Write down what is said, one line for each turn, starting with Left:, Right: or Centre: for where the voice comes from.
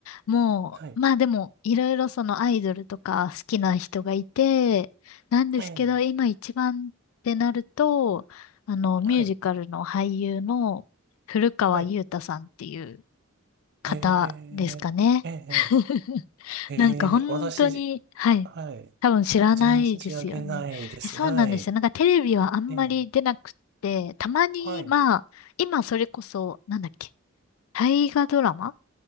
Left: もう、
Right: はい。
Left: まあでも、いろいろそのアイドルとか好きな人がいて、なんですけど、
Right: ええ、
Left: 今一番ってなると、あの、ミュージカルの俳優の古川雄太さんっていう
Right: はい。はい。
Left: 方ですかね。
Right: ええ、ええ、
Left: <laughs>
Right: ええ、
Left: なんか本当に、
Right: 私、
Left: はい。
Right: はい。
Left: 多分知らないですよね。
Right: 存じ上げないですね。
Left: え、そうなんですよ。
Right: はい。
Left: なんかテレビはあんまり出なくって、
Right: ええ、
Left: たまに、
Right: はい。
Left: まあ、今それこそ、なんだっけ、大河ドラマ